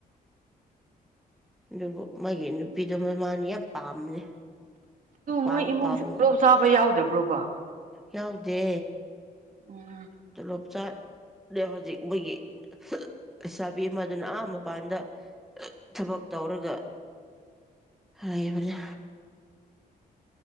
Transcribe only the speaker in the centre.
ꯑꯗꯨꯕꯨ ꯃꯥꯒꯤ ꯅꯨꯄꯤꯗꯨ ꯃ ꯃꯥꯅ ꯌꯥꯝ ꯄꯥꯝꯕꯅꯦ ꯄꯥꯝ
ꯄꯥꯝꯃꯒ
ꯌꯥꯎꯗꯦ
ꯇ ꯂꯣꯞꯆꯥ ꯑ ꯍꯧꯖꯤꯛ ꯃꯣꯏꯒꯤ ꯂꯩꯁꯥꯕꯤ ꯑꯃ ꯑꯗꯨꯅ ꯑꯥ ꯃꯄꯥꯟꯗ ꯊꯕꯛ ꯇꯧꯔꯒ ꯍꯥꯏꯕꯅꯤ